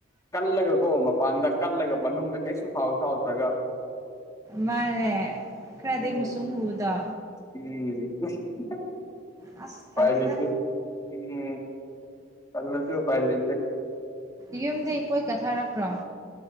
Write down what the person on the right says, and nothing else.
ꯃꯥꯅꯦ ꯈꯔꯗꯤ
ꯃꯨꯁꯨꯡ ꯃꯨꯕꯗꯣ
ꯑꯁ
ꯇꯜꯂꯦꯗ
ꯌꯨꯝꯗꯩ ꯄꯣꯠꯀ ꯊꯥꯔꯛꯇ꯭ꯔꯣ